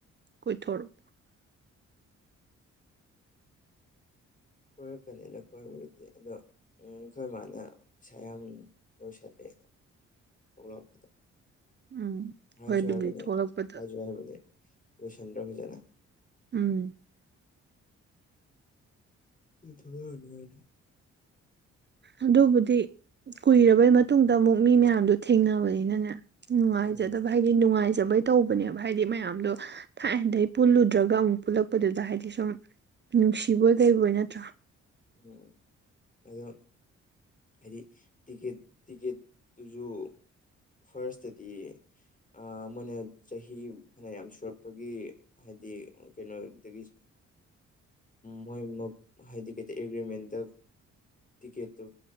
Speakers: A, on the right; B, on the left.
A: ꯀꯣꯏꯊꯣꯔꯛꯑꯣ
B: ꯀꯣꯏꯔꯛꯀꯅꯤꯅ ꯀꯣꯏꯕꯗꯤ ꯑꯗꯣ ꯎ ꯑꯩꯈꯣꯏ ꯃꯥꯅ ꯄꯩꯁꯥ ꯌꯥꯝ ꯂꯣꯏꯁꯜꯂꯦꯅ ꯊꯣꯛꯂꯛꯄꯗ
A: ꯎꯝ
B: ꯍꯥꯏꯖꯨ
A: ꯍꯣꯏ ꯑꯗꯨꯕꯨꯗꯤ
B: ꯍꯥꯏꯕꯅꯤ
A: ꯊꯣꯛꯂꯛꯄꯗ
B: ꯍꯥꯏꯖꯨ ꯍꯥꯏꯕꯅꯤ ꯂꯣꯏꯁꯟꯗꯔ ꯐꯖꯅ
A: ꯎꯝ
B: ꯊꯣꯔꯛꯑꯅꯨ ꯍꯥꯏꯅ
A: ꯑꯗꯨꯕꯨꯗꯤ ꯀꯨꯏꯔꯕꯩ ꯃꯇꯨꯡꯗ ꯑꯃꯨꯛ ꯃꯤ ꯃꯌꯥꯝꯗꯨ ꯊꯦꯡꯅꯕꯅꯤꯅꯅꯦ ꯅꯨꯡꯉꯥꯏꯖꯗꯕ
B: ꯎꯝ
A: ꯍꯥꯏꯗꯤ ꯅꯨꯡꯉꯥꯏꯖꯕꯩ ꯇꯧꯕꯅꯦꯕ ꯍꯥꯏꯗꯤ ꯃꯌꯥꯝꯗꯣ ꯊꯥꯏꯅꯗꯩ ꯄꯨꯜꯂꯨꯗ꯭ꯔꯒ ꯑꯃꯨꯛ ꯄꯨꯜꯂꯛꯄꯗꯨꯗ ꯍꯥꯏꯗꯤ ꯁꯨꯝ ꯅꯨꯡꯁꯤꯕꯣꯏ ꯀꯩꯕꯣꯏ ꯅꯠꯇ꯭ꯔꯥ
B: ꯎꯝ ꯑꯗꯨ ꯍꯥꯏꯗꯤ ꯇꯤꯀꯦꯠ ꯇꯤꯛꯀꯦꯠꯇꯨꯁꯨ ꯐꯥꯔꯁꯇꯗꯤ ꯑ ꯃꯣꯏꯅ ꯆꯍꯤ ꯃꯌꯥꯝ ꯁꯨꯔꯛꯄꯒꯤ ꯍꯥꯏꯗꯤ ꯀꯩꯅꯣꯗꯒꯤꯁ ꯃꯣꯏꯃꯞ ꯍꯥꯏꯗꯤ ꯀꯩꯇ ꯑꯦꯒ꯭ꯔꯤꯃꯦꯟꯇ ꯇꯤꯀꯦꯠꯇꯨ